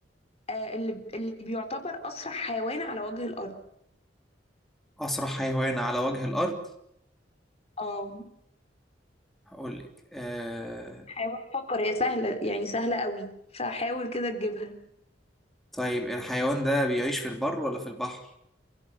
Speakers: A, on the left; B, in the centre.
A: آه، اللي اللي بيعتبر أسرع حيوان على وجه الأرض
B: أسرع حيوان على وجه الأرض
A: اه
B: هقول لك آه...
A: حاول فكر هي سهلة يعني سهلة قوي فحاول كده تجيبها
B: طيب الحيوان ده بيعيش في البر ولا في البحر؟